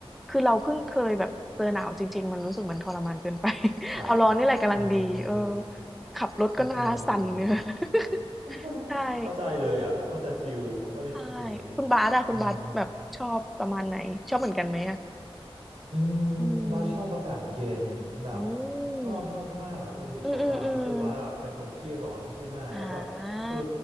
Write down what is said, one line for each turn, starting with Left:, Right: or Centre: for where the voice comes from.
Centre: คือเราเพิ่งเคยแบบเจอหนาวจริงๆมันรู้สึกมันทรมานเกินไป <laughs>
Right: ครับ
Centre: เอาร้อนนี่แหละกำลังดีเออ
Right: เออเออ
Centre: ขับรถก็หน้าสั่น
Right: เข้าใจ
Centre: <laughs>
Right: เลย
Centre: เนื้อ
Right: <laughs>
Centre: <laughs> ใช่
Right: เข้าใจเลยอ่ะเข้าใจฟิลเข้าใจฟิลนี้
Centre: ใช่คุณบาสอะคุณบาสแบบชอบประมาณไหนชอบเหมือนกันไหมอะ
Right: อืม อืมบาสชอบอากาศเย็นแบบ
Centre: อืมอื
Right: ชอบมากๆอะคุณบิ่มแบบว่าคือบาสอะเป็นคนขี้ร้อนใช่ไหมแล้วแบบคือ
Centre: มอืมอืมๆๆอา